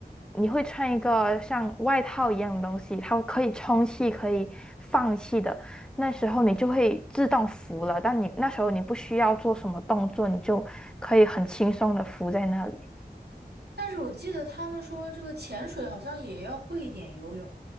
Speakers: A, in the centre; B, on the right.
A: 你会穿一个像外套一样的东西，它可以充气，可以放气的。那时候你就会自动浮了，但你那时候你不需要做什么动作，你就可以很轻松的浮在那里。
B: 但是我记得他们说这个潜水好像也要会一点游泳，